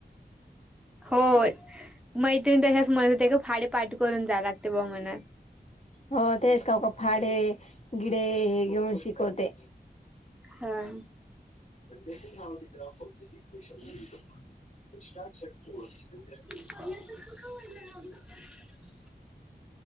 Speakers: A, in the centre; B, on the left (about 40°).
A: होय मैत्रिणी तशाच म्हणत होते की पाढे पाठ करून जावं लागते बा म्हणून
B: हो तेच का का फाडे गिडे हे घेऊन शिकवते.
A: हां
B: <unintelligible>
A: तसं का व्हायला लागलं